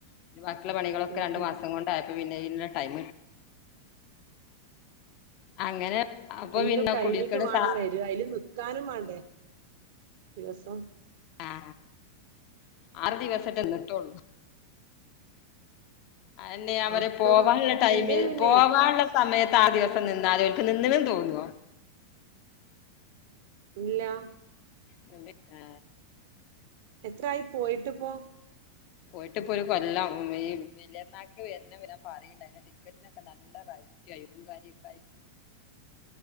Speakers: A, on the left; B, on the right.
A: പിന്നെ ബാക്കിയുള്ള പണികളൊക്കെ
B: ഉം
A: രണ്ടു
B: ഉം
A: മാസം കൊണ്ട് <unintelligible> ടൈം അങ്ങനെ അപ്പൊ
B: എല്ലാം
A: പിന്നെ
B: കഴിഞ്ഞിട്ട്
A: കുടിയിരിക്കല്
B: വേണം
A: സാ
B: വര അതിൽ നക്കാനും വേണ്ടേ ദിവസോം
A: ആഹ് ആറ് ദിവസട്ടന്നിട്ടള്ളൂ അന്നെ
B: ആഹ്
A: പോവാനുള്ള ടൈമിൽ
B: ഇന്റെ പിന്നെ
A: പോവാനുള്ള സമയത്ത് ആ ദിവസം നിന്നാലും അവനിക്ക് നിന്നലും തോന്നുവോ
B: ഇല്ല
A: അ ആ
B: എത്രായി പോയിട്ട് പോ
A: പോയിട്ടിപ്പൊ ഒരു കൊല്ലം ഈ വലിയർന്നാക്ക് വരുന്ന വിരാൻ പാറിയില്ല പി ടിക്കറ്റിനൊക്കെ നല്ല റൈറ്റ് ആും കാര്യൊക്ക